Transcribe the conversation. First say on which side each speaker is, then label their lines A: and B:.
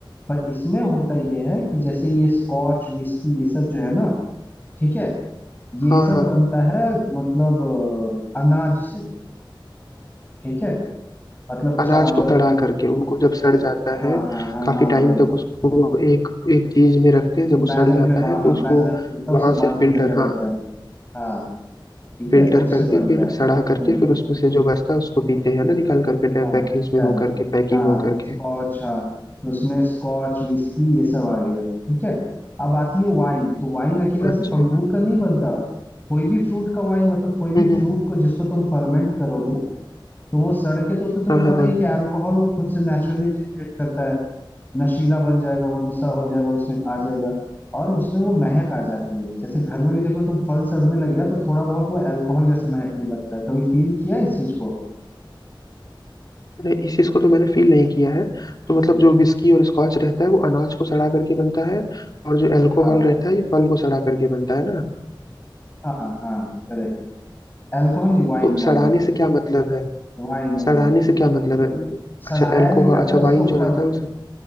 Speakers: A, on the left; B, on the left.
A: पर इसमें होता यह है कि जैसे ये स्कॉच विस्की ये सब जो है ना ठीक है ये
B: हाँ
A: सब
B: हाँ
A: बनता है मतलब अ, अनाज से ठीक है मतलब
B: अनाज
A: चावल
B: को सड़ा करके उनको जब सड़ जाता
A: हाँ
B: है
A: हाँ हाँ
B: काफी
A: हाँ
B: टाइम
A: हाँ
B: तक उसको एक एक चीज में रखते हैं जब वो
A: बैरल
B: सड़ जाता
A: में बा,
B: है
A: हाँ
B: तो उसको
A: बैरल बनता है
B: वहां
A: उसे बांध
B: से फिल्टर
A: के रखा जाता
B: हाँ
A: है हाँ ठीक
B: फिल्टर
A: है तो उससे
B: करके
A: बनता
B: फिर
A: है
B: सड़ा करके
A: हम्म
B: फिर उसमें से जो बचता है उसको पीते हैं ना निकाल करके
A: हाँ
B: पैकेज में
A: correct।
B: हो करके पैकिंग
A: हाँ
B: हो
A: तो
B: करके
A: स्कॉच हाँ तो उसमें स्कॉच विस्की ये सब आ गया ठीक है अब आती है वाइन तो वाइन अकेला
B: अच्छा
A: सिर्फ अंगूर
B: हम्म
A: का नहीं बनता कोई भी फ्रूट का वाइन मतलब कोई भी
B: हम्म
A: फ्रूट को जिसको तुम फर्मेंट करोगे तो वो सड़के तो उसमें तुम्हें
B: हाँ
A: पता
B: हाँ हाँ
A: ही है कि अल्कोहल वो खुद से नेचुरली जनरेट करता है नशीला बन जाएगा वो नशा हो जाएगा उसमें आ जाएगा और उसमें वो महक आ जाती है जैसे घर में भी देखो तुम फल सड़ने लगे हैं, तो थोड़ा बहुत वो अल्कोहल जैसे महकने लगता है कभी फील किया है इस चीज को
B: नहीं इस चीज को तो मैंने फील नहीं किया है तो मतलब जो विस्की और स्कॉच रहता है वो अनाज को सड़ा करके बनता है और जो अल्कोहल
A: हाँ
B: रहता है ये फल को सड़ा करके बनता है ना
A: हाँ हाँ करेक्ट अल्कोहल नहीं वाइन
B: तो सड़ाने
A: वाइन
B: से क्या मतलब है
A: वाइन वाइन
B: सड़ाने से क्या मतलब है
A: सड़ाया
B: अच्छा अल्कोहल
A: नहीं जाता
B: अच्छा
A: उसको
B: वाइन जो रहता
A: फर,
B: है उसे